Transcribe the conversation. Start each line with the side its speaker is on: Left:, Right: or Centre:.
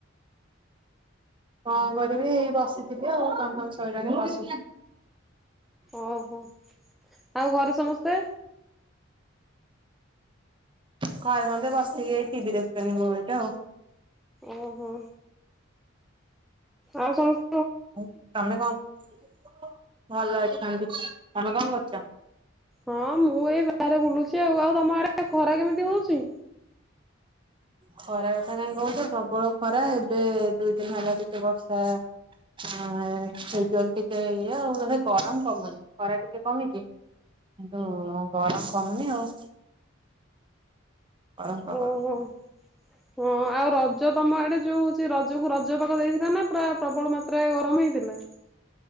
Right: କଣ କରିବି ବସିଥିଲି ଆଉ, କାମ ଫାମ ସଇଲାଣି ବସି
Centre: ଓହୋ, ଆଉ ଘରେ ସମସ୍ତେ?
Right: ଘରେ ସମସ୍ତେ ବସିକି ଏଇ ଟିଭି ଦେଖୁଛନ୍ତି ବୋଉ ହେରିକା ଆଉ।
Centre: ଓହୋ। ଆଉ ସମସ୍ତ
Right: ହ ତମେ କଣ ଭଲ ଅଛନ୍ତି? ତମେ କଣ କରୁଛ?
Centre: ହଁ ମୁଁ ଏଇ ବାହାରେ ବୁଲୁଛି ଆଉ, ଆଉ ତମ ଆଡ଼େ ଖରା କେମିତି ହଉଛି?
Right: ଖରା କଥା କାଇଁ କହୁଛ ପ୍ରବଳ ଖରା ଏବେ ଦୁଇ ଦିନ ହେଲା କେତେ ବର୍ଷା ଆ ସେଇଥିପାଇଁ ଟିକେ ଇଏ ଆଉ ନହେଲେ ଗରମ କମୁନି, ଖରା ଟିକେ କମିଛି କିନ୍ତୁ ଗରମ କମୁନି ଆଉ ଗରମ ପାଗ।
Centre: ଓହୋ। ହଁ ଆଉ ରଜ ତମ ଆଡ଼େ ଯୋଉ ହଉଛି ରଜ କୁ ରଜ ପାଗ ଦେଇଥିଲା ନା ପୁରା ପ୍ରବଳ ମା ତ୍ରା ରେ ଗରମ ହେଇଥିଲା?